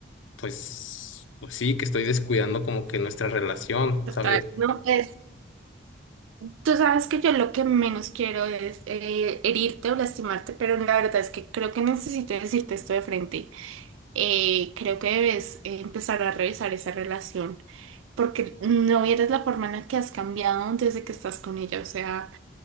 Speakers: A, on the left; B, on the right.
A: pues, pues sí, que estoy descuidando como que nuestra relación,
B: total,
A: ¿sabes?
B: no, pues tú sabes que yo lo que menos quiero es eh, herirte o lastimarte, pero la verdad es que creo que necesito decirte esto de frente. Eh, creo que debes eh, empezar a revisar esa relación, porque no vieres la forma en la que has cambiado desde que estás con ella, o sea...